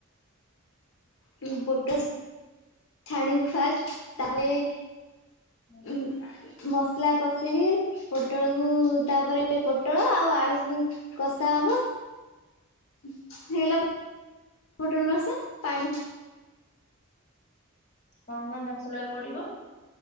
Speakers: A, on the left (about 65°); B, on the left (about 35°).
A: ହଁ ପଟ ଛାଣିବ ଫାଷ୍ଟ ତାପରେ
B: ହୁଁ
A: ଉ ମସଲା କଷିକି ପୋଟଳକୁ ତାପରେ ପୋଟଳ ଆଉ ଆଳୁକୁ କଷା ହବ ହେଇଗଲା ହୋଟେଲରୁସ ପାଣି
B: କଣ କଣ ମସଲା ପଡିବ